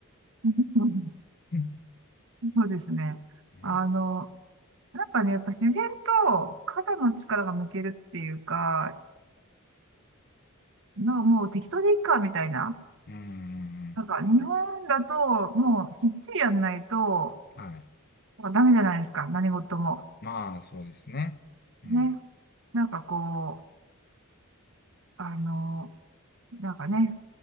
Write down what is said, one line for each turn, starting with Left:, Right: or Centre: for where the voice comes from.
Right: <laughs> うん
Left: うん。
Right: そうですね。
Left: うん。
Right: あの、なんかね、やっぱ自然と肩の力が抜けるっていうか、なんかもう適当でいいか、みたいな。
Left: うんうん
Right: なんか日本だと、もうきっちりやんないと、
Left: はい。
Right: なんかダメじゃないですか、何事も。
Left: まあ、そうですね。うん。
Right: ね。なんかこう、あの、なんかね、